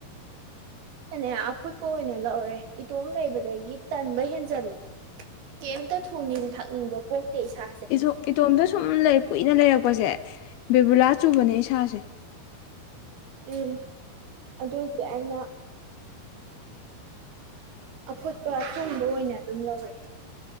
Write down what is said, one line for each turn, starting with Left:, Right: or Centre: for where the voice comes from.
Right: ꯅꯦ ꯑꯐꯨꯠꯄ ꯑꯣꯏꯅ ꯂꯧꯔꯦ ꯏꯇꯣꯝ ꯂꯩꯕꯗꯒꯤ ꯇꯟꯕ ꯍꯦꯟꯖꯜꯂꯦ ꯀꯩꯝꯇ ꯊꯣꯡꯅꯤꯡ ꯊꯥꯛꯅꯤꯡꯕ ꯄꯣꯛꯇꯦ ꯏꯁꯥ
Left: ꯏꯖꯣ ꯏꯇꯣꯝꯇ ꯁꯨꯝ ꯂꯩ ꯀꯨꯏꯅ ꯂꯩꯔꯛꯄꯁꯦ ꯕꯤꯕꯨꯂꯥ ꯆꯨꯕꯅꯦ ꯏꯁꯥꯁꯦ
Right: ꯎꯝ ꯑꯗꯨꯕꯨꯗꯤ ꯑꯩꯅ ꯑꯐꯨꯠꯄ ꯑꯊꯣꯡꯕ ꯑꯣꯏꯅ ꯑꯗꯨꯝ ꯂꯧꯔꯦ